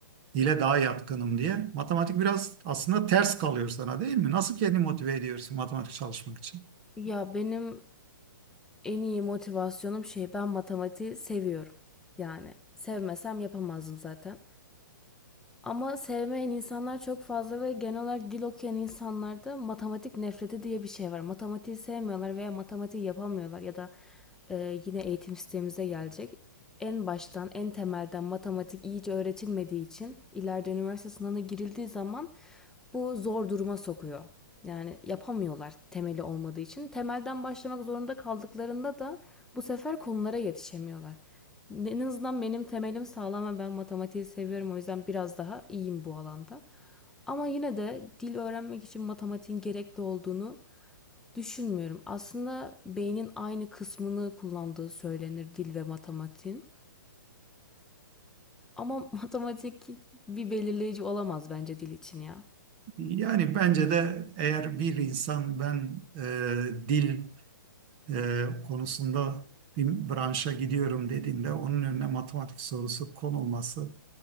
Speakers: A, on the right; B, in the centre.
A: dile daha yatkınım diye. Matematik biraz aslında ters kalıyor sana değil mi? Nasıl kendini motive ediyorsun matematik çalışmak için?
B: Ya benim En iyi motivasyonum şey ben matematiği seviyorum. Yani sevmesem yapamazdım zaten. Ama sevmeyen insanlar çok fazla ve genel olarak dil okuyan insanlarda matematik nefreti diye bir şey var. Matematiği sevmiyorlar veya matematiği yapamıyorlar ya da e, yine eğitim sistemimize gelecek. En baştan, en temelden matematik iyice öğretilmediği için ileride üniversite sınavına girildiği zaman bu zor duruma sokuyor. Yani yapamıyorlar temeli olmadığı için. Temelden başlamak zorunda kaldıklarında da bu sefer konulara yetişemiyorlar. En azından benim temelim sağlam ve ben matematiği seviyorum. O yüzden biraz daha iyiyim bu alanda. Ama yine de dil öğrenmek için matematiğin gerekli olduğunu düşünmüyorum. Aslında beynin aynı kısmını kullandığı söylenir dil ve matematiğin. Ama <laughs> matematik bir belirleyici olamaz bence dil için ya.
A: Yani bence de eğer bir insan ben e, dil e, konusunda bir branşa gidiyorum dediğinde onun önüne matematik sorusu konulması